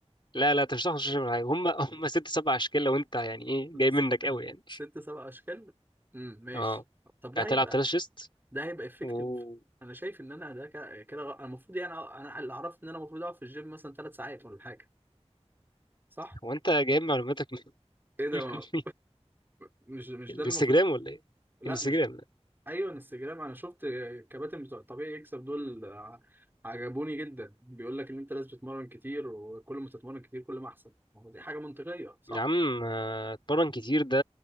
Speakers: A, on the left; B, on the right.
A: لا لا انت مش هتعرف تشرب حاجه هم <laughs> هم ست سبع اشكال لو انت يعني ايه جاي
B: س...
A: منك قوي يعني
B: ست سبع اشكال امم ماشي
A: اه
B: طب ده
A: هتلعب
B: هيبقى
A: تلات شيست
B: ده هيبقى افكتيف
A: و
B: انا شايف ان انا ده كده كده غ- انا المفروض يعني أ- انا اللي اعرف ان انا المفروض اقعد في الجيم مثلا ثلاث ساعات ولا حاجه صح
A: هو انت جايب معلوماتك من
B: ايه ده
A: <laughs>
B: ما...
A: من مين؟
B: مش مش
A: الانستجرام
B: ده اللي المفروض
A: ولا ايه
B: لا
A: الانستجرام
B: مش
A: ده
B: ايوه انستجرام انا شفت الكباتن بتوع الطبيعي يكسب دول ع- عجبوني جدا بيقول لك ان انت لازم تتمرن كتير وكل ما تتمرن كتير كل ما احسن ما هو دي حاجه منطقيه صح
A: يا عم آه، اتمرن كتير ده